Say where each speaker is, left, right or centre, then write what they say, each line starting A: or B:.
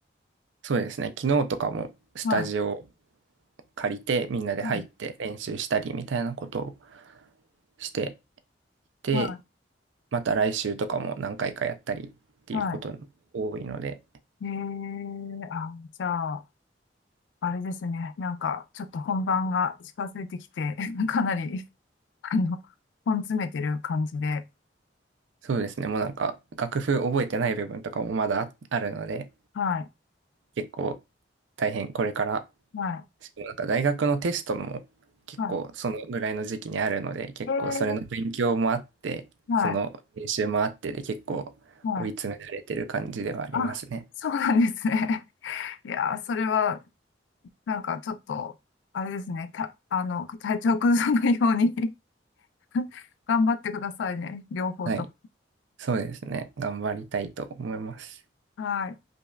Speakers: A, on the right; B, on the left.
A: そうですね。昨日とかもスタジオ
B: はい。
A: 借りてみんなで入って練習したりみたいなことを
B: うん
A: してて、
B: はい。
A: また来週とかも何回かやったりっていうことが多いので、
B: はいええあ、じゃあ、あれですね。なんか、ちょっと本番が近づいてきて、<laughs> かなり、あの、本詰めてる感じで。
A: そうですね。もうなんか楽譜覚えてない部分とかもまだああるので、
B: はい、
A: 結構大変これから
B: はい、
A: なんか大学のテストも結構そのぐらいの時期にあるので、
B: は
A: 結構それの勉強もあって、
B: い。ええはい、
A: その練習もあってで結構追い詰められてる感じではありますね。
B: はい。あ、そうなんですね。<laughs> いやー、それは、なんか、ちょっと、あれですね。た、あの、体調崩さないように <laughs> 頑張ってくださいね。両方とも。
A: はい。そうですね。頑張りたいと思います。
B: はい。